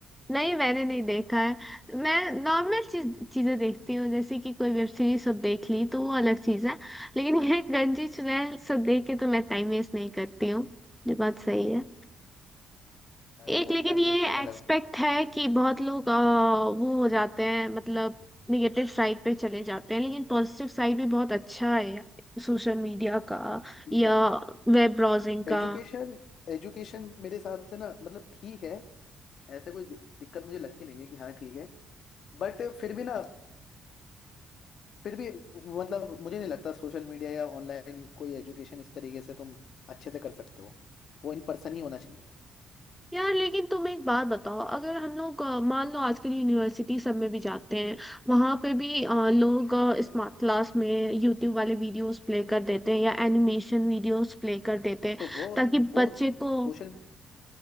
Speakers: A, in the centre; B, on the left (about 65°).
A: नहीं मैंने नहीं देखा है मैं नॉर्मल चीज चीजें देखती हूँ जैसे कि कोई वेब सीरीज सब देख ली तो वो अलग चीज है लेकिन ये <laughs> गंजी चुनैल सब देख के तो मैं टाइम वेस्ट नहीं करती हूँ ये बात सही है
B: मैं
A: एक
B: तो बहुत
A: लेकिन
B: टाइम
A: ये
B: वेस्ट करने
A: एक्सपेक्ट
B: लगा
A: है कि बहुत लोग अ, वो हो जाते हैं मतलब निगेटिव साइड पे चले जाते हैं लेकिन पॉजिटिव साइड भी बहुत अच्छा है सोशल मीडिया का
B: हूँ
A: या वेब ब्राउजिंग
B: एजुकेशन
A: का
B: एजुकेशन मेरे हिसाब से ना मतलब ठीक है ऐसे कोई दि- दिक्कत मुझे लगती नहीं है कि हाँ ठीक है बट फिर भी ना फिर भी मतलब मुझे नहीं लगता सोशल मीडिया या ऑनलाइन कोई एजुकेशन इस तरीके से तुम अच्छे से कर सकते हो वो इन पर्सन ही होना चाहिए
A: यार लेकिन तुम एक बात बताओ अगर हम लोग अ, मान लो आजकल यूनिवर्सिटी सब में भी जाते हैं वहां पे भी अ, लोग स्मार्ट क्लास में यूट्यूब वाले वीडियोस प्ले कर देते हैं या एनिमेशन वीडियोस प्ले कर देते हैं
B: तो वो
A: ताकि
B: वो
A: बच्चे को
B: सोशल